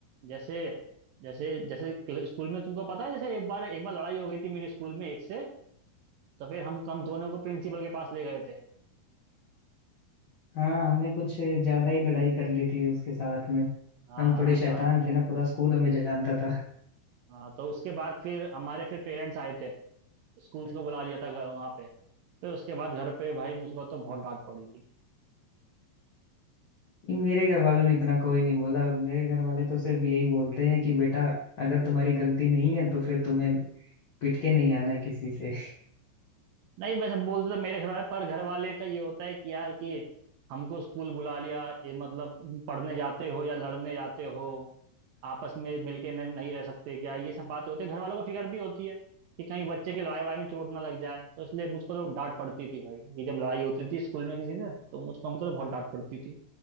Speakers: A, on the right; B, on the left.
A: जैसे जैसे जैसे क्ल- स्कूल में तुमको पता है जैसे एक बार एक बार लड़ाई हो गई थी मेरे स्कूल में एक से तो फिर हम हम दोनों को प्रिंसिपल के पास ले गए थे
B: हाँ हमने कुछ ज्यादा ही लड़ाई कर ली थी उसके साथ में
A: हाँ
B: हम थोड़े शैतान
A: हाँ तो-
B: थे ना पूरा स्कूल हमें जानता था
A: हाँ तो उसके बाद फिर हमारे फिर पेरेंट्स आए थे स्कूल को बुला लिया था घर वहाँ पे फिर उसके बाद घर पे भाई मुझको तो बहुत डांट पड़ी थी
B: मेरे घर वालों ने इतना कोई नहीं बोला मेरे घर वाले तो सिर्फ यही बोलते हैं कि बेटा अगर तुम्हारी गलती नहीं है तो फिर तुम्हें पिट के नहीं आना है किसी से
A: नहीं वैसे बोलते तो मेरे घर वाले पर घर वाले का ये होता है कि यार कि हमको स्कूल बुला लिया ये मतलब तुम पढ़ने जाते हो या लड़ने जाते हो आपस में मिलके न- नहीं रह सकते क्या ये सब बात होती है घर वालों को फिक्र भी होती है कि कहीं बच्चे की लड़ाई वड़ाई में चोट ना लग जाए तो इसलिए मुझको तो डांट पड़ती थी भाई ये जब लड़ाई होती थी स्कूल में किसी से तो मुझको हमको तो बहुत डांट पड़ती थी